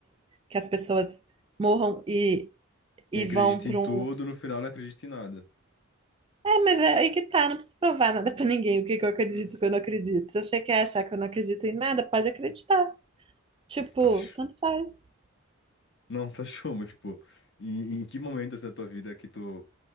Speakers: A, on the right (about 25°); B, on the left (about 55°).
A: que as pessoas morram e, e
B: quem acredita
A: vão para
B: em tudo,
A: um.
B: no final não acredita em nada.
A: É, mas é aí que tá, não preciso provar nada para ninguém o que que eu acredito
B: <laughs>
A: e o que eu não acredito. Se você quer achar que eu não acredito em nada, pode acreditar.
B: Hum.
A: Tipo,
B: Tá show.
A: tanto faz.
B: Não, tá show, mas, pô, em, em que momento assim, da tua vida que tu